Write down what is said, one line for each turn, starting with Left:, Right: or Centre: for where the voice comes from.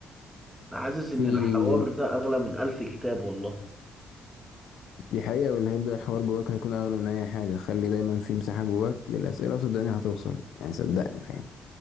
Centre: أنا حاسس
Left: في
Centre: إن الحوار ده أغلى من ألف كتاب والله
Left: دي حقيقة واللي هيبدأ الحوار جواك هيكون أغلى من أي حاجة خلي دايما في مساحة جواك للأسئلة وصدقني هتوصل يعني صدقني فاهم